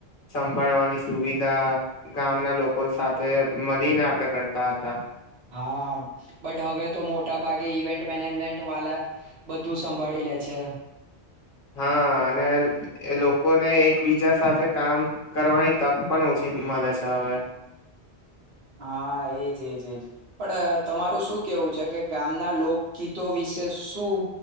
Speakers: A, on the left; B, on the right.
A: સંભાળવાની સુવિધા ગામના લોકો સાથે મલીને આપણે કરતા હતા.
B: હા બટ હવે તો મોટા ભાગે ઈવેન્ટ મેનેજમેન્ટ વાળા બધું સંભાળી લે છે.
A: હા અને એ લોકોને એકબીજા સાથે કામ કરવાની તક પણ ઓછી મલે છે હવે.
B: હા એજ એજ એજ પણ તમારું શું કેવું છે કે ગામના લોકગીતો વિશે શું